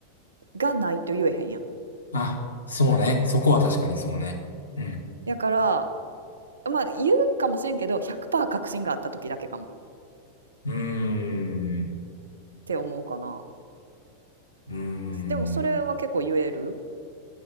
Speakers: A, on the right; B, on the left.
A: がないと言えへんやん。
B: あ、そうね。そこは確かにそうね。うん。
A: やから、まあ言うかもしれんけど、100%確信があった時だけかもっ
B: うーん、
A: て思うかな。
B: うーん。
A: でもそれは結構言える。